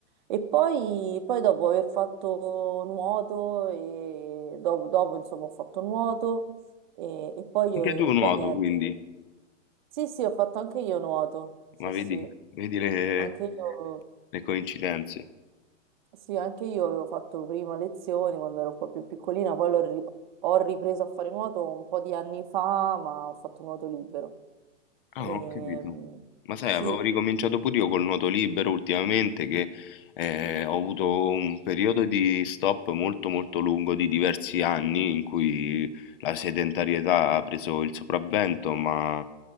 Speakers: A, on the right; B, on the left.
A: E poi, poi dopo aver fatto nuoto, e dopo, dopo, insomma ho fatto nuoto e, e poi, io-
B: Anche tu
A: e
B: nuoto,
A: poi niente.
B: quindi,
A: Sì, sì, ho fatto anche io nuoto, sì,
B: ma
A: sì,
B: vedi, vedi le
A: anche io
B: le coincidenze.
A: sì, anche io avevo fatto prima lezioni quando ero un po' più piccolina, poi l'ho ri- ho ripreso a fare nuoto un po' di anni fa, ma ho fatto nuoto libero.
B: Ah,
A: Ehm,
B: ho capito. Ma sai,
A: sì,
B: avevo ricominciato pure io col nuoto libero ultimamente, che eh, ho avuto un periodo di stop molto molto lungo di diversi anni in cui la sedentarietà ha preso il sopravvento, ma